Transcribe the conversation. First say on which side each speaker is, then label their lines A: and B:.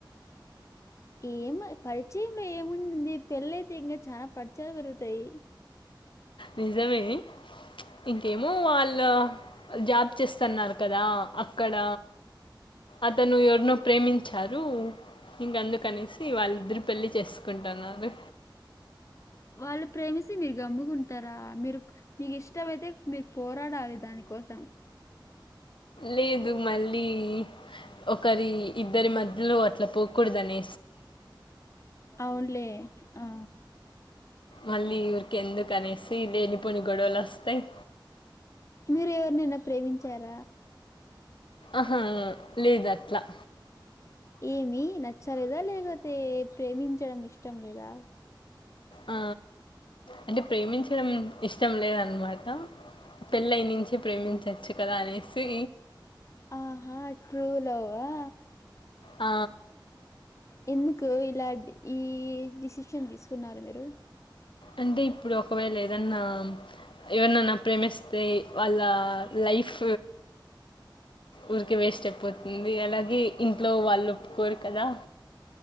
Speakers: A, on the left (about 35°); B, on the left (about 75°).
A: ఏమ్ పరిచయంలో ఏముండింది పెళ్లైతే ఇంగ చాన పరిచయలు పెరుగుతయ్
B: నిజమే ఇంకేమో వాళ్ళు జాబ్ చేస్తన్నారు కదా అక్కడ అతను ఎవర్నో ప్రేమించ్చారు ఇంగ అందుకనేసి వాళ్ళు ఇద్దరు పెళ్లి చేసుకుంటన్నారు
A: వాళ్ళు ప్రే తి మీరు గమ్ముగుంటరా మీరు మీకు ఇష్టమైతే మీరు పోరాడాలి దాని కోసం
B: లేదు మళ్ళీ ఒకరి ఇద్దరి మధ్యలో అట్ల పోకూడదనే
A: అవున్లే ఆ
B: మళ్ళీ ఊరికెందుకనేసి లేనిపోని గొడవలొస్తాయి.
A: మీరు ఎవర్నైన ప్రేమించార
B: ఆహా! లేదట్లా.
A: ఏమి నచ్చలేదా లేగోతే ప్రేమించడం ఇష్టం లేదా
B: ఆ అంటె ప్రేమించడం ఇష్టం లేదన్మాట పెళ్ళై నుంచి ప్రేమించోచ్చు కదా అనేసి
A: ఆహా ట్రూ లవ్వా
B: ఆ
A: ఎందుకు ఇలా డ్ ఈ డిసిషన్ తీస్కున్నారు మీరు
B: అంటె ఇప్పుడు ఒకవేళ ఏదన్నా ఎవర్నన్నా ప్రేమిస్తే వాళ్ళ లైఫ్ ఊరికే వేస్ట్ అయ్పోతుంది అలాగే ఇంట్లో వాళ్ళు ఒప్పుకోరు కదా